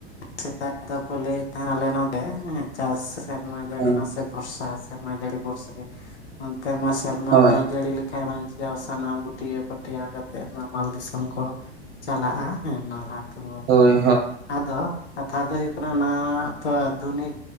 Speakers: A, on the left; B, on the right.
A: ᱥᱮᱫᱟᱭ ᱫᱚᱠᱚ ᱞᱟᱹᱭᱮᱫ ᱛᱟᱦᱮᱸᱱ ᱟᱞᱮ ᱱᱚᱰᱮ ᱪᱟᱥ ᱨᱮ ᱥᱮᱨᱢᱟ ᱡᱟᱹᱲᱤ
B: ᱦᱳᱭ
A: ᱢᱟᱥᱮ ᱵᱷᱚᱨᱥᱟ ᱥᱮᱨᱢᱟ ᱡᱟᱹᱲᱤ ᱵᱷᱚᱨᱥᱟ ᱜᱮ ᱚᱱᱛᱮ ᱢᱟ ᱥᱮᱨᱢᱟ
B: ᱦᱳᱭ
A: ᱵᱟᱭ ᱡᱟᱹᱲᱤ ᱞᱮᱫ ᱾ ᱜᱷᱟᱨᱚᱸᱡᱽ ᱫᱚ ᱥᱟᱱᱟᱢ ᱜᱩᱴᱭᱟᱹ ᱯᱟᱹᱴᱭᱟ ᱠᱟᱛᱮᱜ ᱱᱟᱢᱟᱞ ᱫᱤᱥᱚᱢ ᱠᱚ ᱪᱟᱞᱟᱜᱼᱟ ᱾ ᱦᱮᱸ ᱱᱟᱞᱦᱟ ᱛᱩᱢᱟᱹᱞ
B: ᱦᱳᱭ
A: ᱞᱟᱹᱜᱤᱫ ᱟᱫᱚ ᱠᱟᱛᱷᱟ ᱫᱚ ᱦᱩᱭᱩᱜ ᱠᱟᱱᱟ ᱱᱟᱦ ᱛᱚ ᱟᱫᱷᱩᱱᱤᱠ